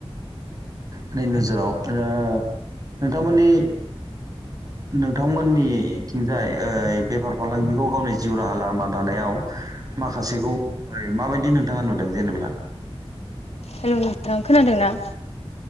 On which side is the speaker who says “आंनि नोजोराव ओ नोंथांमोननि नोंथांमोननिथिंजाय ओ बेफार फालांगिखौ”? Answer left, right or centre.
Right